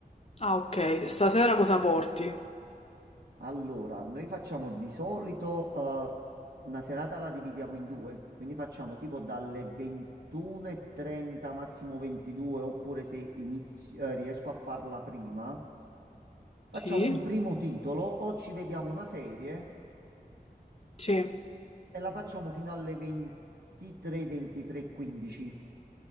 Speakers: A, on the left; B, on the right.
A: Ah, ok. Stasera cosa porti?
B: Allora, noi facciamo di solito eh, una serata la dividiamo in due, quindi facciamo tipo dalle 21.30 massimo 22, oppure se inizio- eh, riesco a farla prima, facciamo
A: Sì?
B: un primo titolo o ci vediamo una serie
A: Sì.
B: e la facciamo fino alle 23, 23, 15.